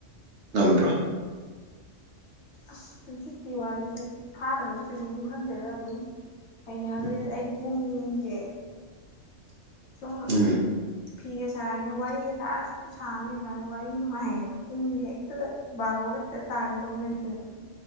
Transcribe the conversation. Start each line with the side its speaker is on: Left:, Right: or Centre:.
Right: ꯉꯝꯕ꯭ꯔꯣ
Left: ꯑꯁ ꯇꯨꯝꯁꯤꯠꯀꯤ ꯋꯥꯗꯨ ꯁꯨꯝ ꯐꯥꯗ꯭ꯔꯖꯨ ꯀꯩꯁꯨꯨꯝ ꯈꯟꯗ꯭ꯔꯦꯗ ꯑꯗꯨꯝ ꯍꯩꯅꯒ꯭ꯔꯦꯗ
Right: ꯎꯝ
Left: ꯑꯩꯗꯤ ꯄꯨꯡꯖꯦ ꯁꯨꯝ
Right: ꯎꯝ
Left: ꯐꯤꯒ ꯁꯥꯔꯤꯅꯦ ꯋꯥꯔꯤꯒ ꯇꯥꯔꯁ ꯁꯥ ꯂꯩꯀꯥꯟꯗ ꯋꯥꯔꯤ ꯅꯨꯡꯉꯥꯏꯌꯦ ꯄꯨꯡꯗꯤ ꯍꯦꯛꯇ ꯕꯥꯔꯣꯒ ꯍꯦꯛꯇ ꯇꯥꯒꯦ ꯇꯧ ꯂꯩꯔꯝ ꯃꯦ